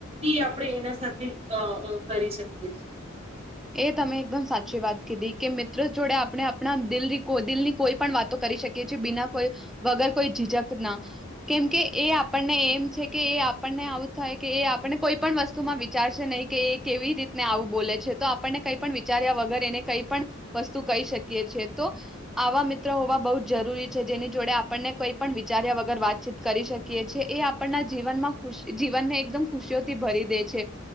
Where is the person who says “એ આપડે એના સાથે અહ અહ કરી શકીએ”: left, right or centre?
Right